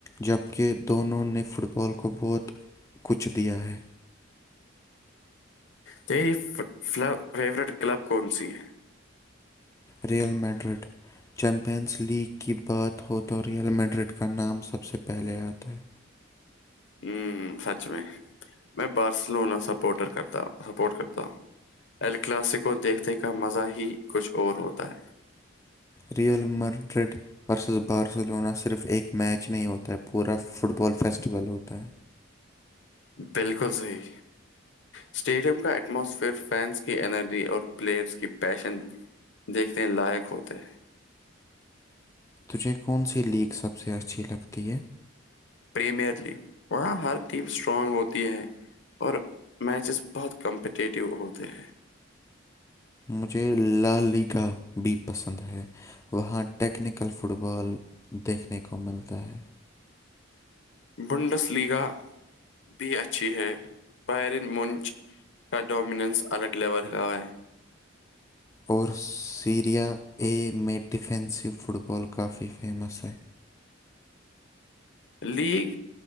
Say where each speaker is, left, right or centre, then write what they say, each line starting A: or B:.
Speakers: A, on the left (about 15°); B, on the left (about 65°).
A: جب کہہ دونوں نے فٹ بال کو بہت کچھ دیا ہے
B: تیری فیوریٹ کلب کون سی ہے
A: ریئل میڈرڈ چیمپئنس لیگ کی بات ہو تو ریئل میڈرڈ کا نام سب سے پہلے آتا ہے
B: ہوں سچ میں میں بارسلونا سپورٹر کرتا سپورٹ کرتا ہوں الکلاسیکو دیکھنے کا مزہ ہی کچھ اور ہوتا ہے
A: ریئل مرڈرڈ س بارسلونا صرف ایک میچ نہیں ہوتا ہے پورا فٹ بال فیسٹیول ہوتا ہے
B: بالکل صحی اسٹیڈیم کا ایٹماسفئر فینز کی انرجی اور پلیئرز کی پیشن دیکھنے لائق ہوتے
A: تجھے کون سی لیک سب سے اچھی لگتی ہے
B: پریمیئر لیگ وہاں ہر ٹیم اسٹرانگ ہوتی ہے اور میچز بہت کمپٹیٹیو ہوتے ہیں
A: مجھے ل لی گا بھی پسند ہے وہاں ٹیکنیکل فٹ بال دیکھنے کو ملتا ہے
B: بنڈس لیگا بھی اچھی ہے بیرن مونچ کا ڈومیننس الگ لیول کا ہے
A: اور سیریا اے میں ڈیفینسو فٹ بال کافی فیمس ہے
B: لیگ